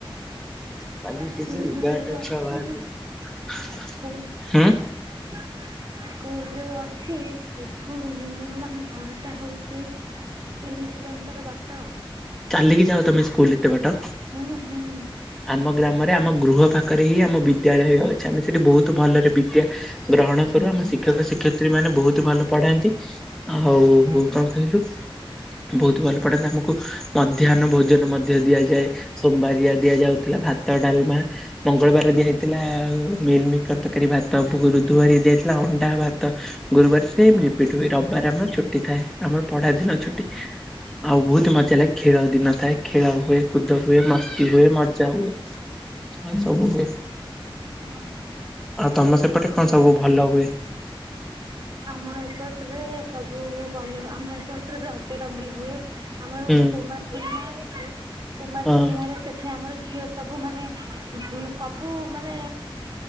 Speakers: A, in the centre; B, on the right (about 50°).
A: <unintelligible>
B: ସ୍କୁଲ ଯୋଉ ଅଛି ସ୍କୁଲ <unintelligible> ସ୍କୁଲ ଯୋଉ ଅଛି ସେଠୁ ମିନିମମ୍ ଆମ ଘର ଟା ହଉଛି। ତିନି କିଲୋମିଟର ବାଟ।
A: ଚାଲିକି ଯାଅ ତମେ ସ୍କୁଲ ଏତେ ବାଟ।
B: ହୁଁ ହୁଁ।
A: ଆମ ଗ୍ରାମରେ ଆମ ଗୃହ ପାଖରେ ହିଁ ଆମ ବିଦ୍ୟାଳୟ ଅଛି ଆମେ ସେଠି ବହୁତ ଭଲରେ ବିଦ୍ୟା। ଗ୍ରହଣ କରୁ ଆମ ଶି ଶିକ୍ଷକ ଶିକ୍ଷୟତ୍ରୀ ମାନେ ବହୁତ ଭଲ ପଢାନ୍ତି ଆଉ
B: ହୁଁ
A: କଁ କହିଲୁ। ବହୁତ ଭଲ ପଢାନ୍ତା ଆମକୁ ମଧ୍ୟାହ୍ନ ଭୋଜନ ମ ମଧ୍ୟ ଦିଆଯାଏ ସୋମବାରିଆ ଦିଆଯାଉଥିଲା ଭାତ ଡାଲମା। ମଙ୍ଗଳବାରେ ଦିଆ ହେଇ ଥିଲା ମିଲ ମିକର ତକାରୀ ଭାତ ବରୁଧୁ ବାରେ ଦିଆାହେଇଥିଲା ଅଣ୍ଡା ଭା ତ ଗୁରୁବାର ସେମ
B: ହଁ
A: ରିପିଟ ହୁଏ ରବିବାର ଆମର ଛୁଟି ଥାଏ ଆମର ପଢା ଦିନ
B: ଓହୋ
A: ଛୁଟି। ଆଉ ବହୁତ ମଜା ହେଲା ଖେଳ ଦିନ ଥାଏ ଖେଳ ହୁଏ କୁଦ ହୁଏ ମସ୍ତ ସ୍ତି ହୁଏ ମଜା ହୁଏ ମାନେ ସବୁ ହୁଏ।
B: ହଁ ହଁ
A: ଆଉ ତମ ସେପଟେ କଁ
B: ଯା
A: ସବୁ ଭଲ ହୁଏ।
B: ଆମ ଏପଟରେ ସବୁ ଭଲ ଆମ ଏପଟ ଟ ରେ ରଜ ଟା ଭଲ ହୁଏ ଆମର ଗୋଟେ
A: ହୁଁ
B: କୁମାର ପୂର୍ଣ୍ଣିମା ଅଛି କୁମାର
A: ହଁ
B: ପୂର୍ଣ୍ଣିମାରେ। ସେଠି ଆମର ଝିଅ ସବୁ ମାନେ ଉ ସବୁ ମାନେ।